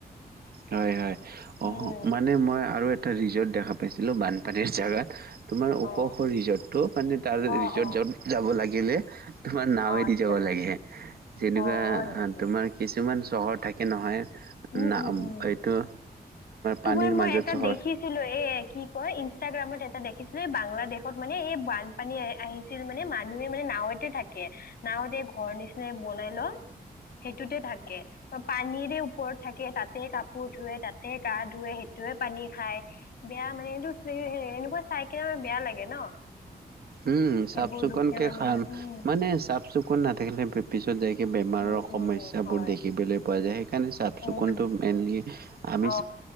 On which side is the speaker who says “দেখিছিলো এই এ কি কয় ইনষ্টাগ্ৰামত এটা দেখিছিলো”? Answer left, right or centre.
Left